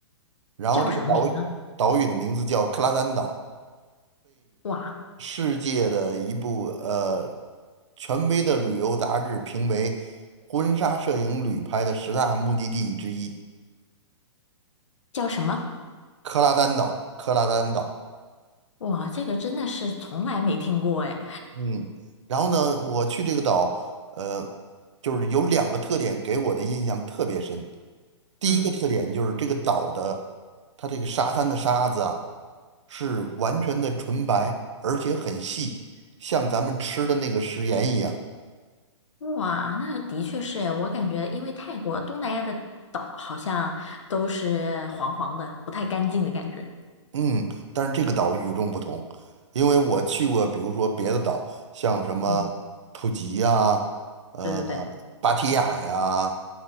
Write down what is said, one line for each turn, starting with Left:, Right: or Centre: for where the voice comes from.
Right: 然后这个岛屿岛屿的名字叫克拉丹岛，
Left: 叫什么名呢？哇，
Right: 世界的一部呃权威的旅游杂志评为婚纱摄影旅拍的十大目的地之一，
Left: 叫什么？
Right: 克拉丹岛，克拉丹岛。
Left: 哇，这个真的是从来没听过哎。
Right: 嗯，然后呢，我去这个岛，呃，就是有两个特点给我的印象特别深。第一个特点就是这个岛的，
Left: 嗯，
Right: 它这个沙滩的沙子啊，是完全的纯白，而且很细，像咱们吃的那个食盐一样。
Left: 哇，那的确是哎，我感觉因为泰国东南亚的岛好像都是黄黄的，不太干净的感觉。
Right: 嗯，但是这个岛与众不同，因为我去过，比如说别的岛，像什么普吉呀、
Left: 嗯，
Right: 呃，
Left: 对对对，
Right: 芭提雅呀，